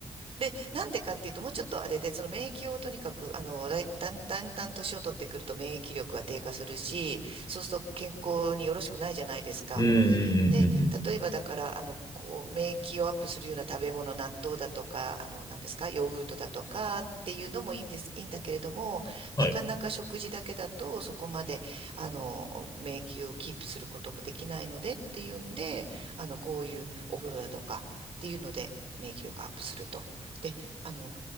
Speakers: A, on the right; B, on the left.
A: で、なんでかっていうと、もうちょっとあれで、その免疫をとにかく、あの、だいだんだんだん年を取ってくると免疫力は低下するし、そうすると健康によろしくないじゃないですか。
B: うんうんうんうんうん。
A: で、例えばだから、あの、こう、免疫をアップするような食べ物、納豆だとか、あの、何ですか、ヨーグルトだとかっていうのもいいんです、いいんだけれども、
B: はい。
A: なかなか食事だけだと、そこまで、あの、免疫をキープすることもできないのでっていうんで、あの、こういうお風呂だとかっていうので、免疫力アップすると。で、あの、